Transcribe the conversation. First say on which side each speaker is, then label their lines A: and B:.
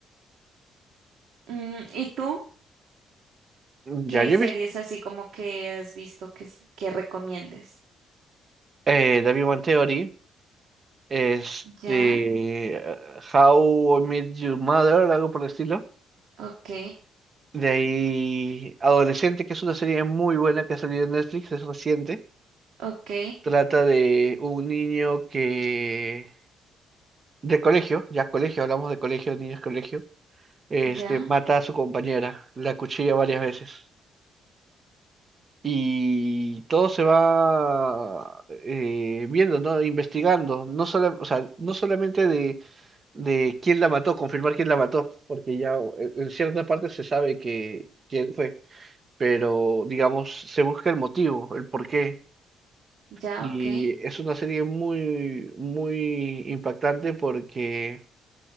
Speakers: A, on the right (about 75°); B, on the right (about 40°).
A: Mm, ¿y tú? ¿Qué
B: Ya, yo
A: series
B: he visto
A: así como que has visto que, s- que recomiendes?
B: eh, The Big Bang Theory, este,
A: Ya,
B: ah, How I Met Your Mother, algo por el estilo.
A: ok,
B: De ahí, Adolescente, que es una serie muy buena que ha salido en Netflix, es reciente.
A: ok,
B: Trata de un niño que, de colegio, ya colegio, hablamos de colegio, niños colegio este,
A: ya.
B: mata a su compañera, la cuchilla varias veces. Y todo se va eh, viendo, ¿no? Investigando, no sola- o sea, no solamente de, de quién la mató, confirmar quién la mató, porque ya en en cierta parte se sabe que quién fue, pero digamos, se busca el motivo, el por qué.
A: Ya,
B: Y
A: ok.
B: es una serie muy, muy impactante porque